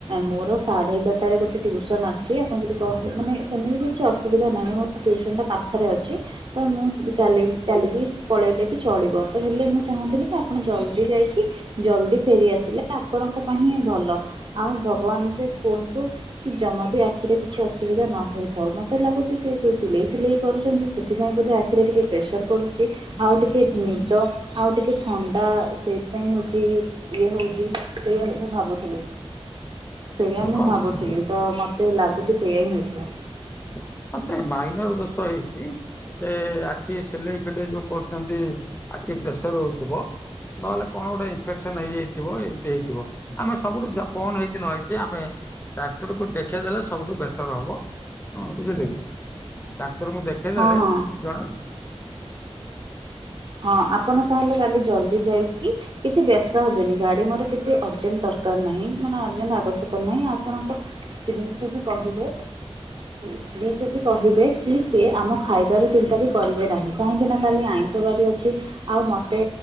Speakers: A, on the right; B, on the left.
A: ମୋର ସାଢେ ଏଗାରଟାରେ ଗୋଟେ ଟିଉସନ୍ ଅଛି ଆପଣ ଯଦି କହେ ମାନେ ସେମିତି କିଛି ଅସୁବିଧା ନାହିଁ ମୋ ଟଟିଉସନ୍ଟା ପାଖରେ ଅଛି ତ ମୁଁ ଚାଲି ଚାଲିକି ପଳେଇଲେ ବି ଚଳିବ ତ ହେଲେ ମୁଁ ଚାହୁଁଥିଲି କି ଆପଣ ଜଲ୍ଦି ଯାଇକି ଜଲ୍ଦି ଫେରିଆସ। ଆସିଲେ ଆପଣଙ୍କ ପାଇଁ ହିଁ ଭଲ ଆଉ ଭଗବାନଙ୍କୁ କୁହନ୍ତୁ କି ଜମା ବି ଆଖି ରେ କିଛି ଅସୁବିଧା ନ ହେଇଥାଉ ମୋତେ ଲାଗୁଛି ସେ ଯେଉଁ ସିଲେଇ ଫିଲେଇ କରୁଛନ୍ତି ସେଥିପାଇଁ ବୋଧେ ଆଖିରେ ଟିକି ପ୍ରେସର ପୁଛି ଆଉ ଟିକେ ନିଦ ଆଉ ଟିକେ ଥଣ୍ଡା ସେମିତିପାଇଁ ହଉଛି ଇଏ ହଉଛି। ସେଇଆଡ ମୁଁ ଭାବୁଥିଲି। ସେଇଆ ମୁଁ
B: ହଁ
A: ଭାବୁଥିଲି ତ ମୋତେ ଲାଗୁଛି ସେଇୟଆ ହିଁ ହେଇଥିବ।
B: ହଁ ସେ ମାଇନର ଦୋଷ ହେଇଛି ସେ ଆଖି ସିଲେଇ ଫିଲେଇ ଯୋଉ କରୁଛନ୍ତି। ଆଖି ପ୍ରେସର ହଉଥିବ। ନହେଲେ କଣ ଗୋଟେ ଇନଫେକ୍ସନ ହେଇଯାଇଥିବ ଏମିତି ହେଇଥିବ ଆମେ ସବୁ କଣ ହେଇଛି ନ ହେଇଛି ଆମେ ଡାକ୍ତର କୁ ଦେଖେଇ ଦେଲେ ସବୁଠୁ ବେଟର ହବ ହୁଁ ବୁଝିଲେ କି ଡାକ୍ତରଙ୍କୁ ଦେଖେଇଦେଲେ
A: ହଁ ହଁ
B: ଜଣ
A: ହଁ ଆପଣ ତାହାଲେ କାଲି ଜଲଦି ଯାଇକି କିଛି ବ୍ୟସ୍ତ ହେବେନି ଗାଡି ମୋର କେତେ ଅର୍ଜେଣ୍ଟ ଦ ଦରକାର ନାହିଁ ମାନଅଯେଣ୍ଟ ଆବଶ୍ୟକ ନାହିଁ ଆପଣଙ୍କ ସ୍ତ୍ରୀ କୁ ବି କହିବେ ସ୍ତ୍ରୀ କୁ ବି କହିବେ କି ସେ ଆମ ଖାଇବାର ଚିନ୍ତା ବି କରିବେ ନାହିଁ କାହିଁକି ନା କାଲି ଆଇଁ ବାରି ଅଛି ଆଉ ମତେ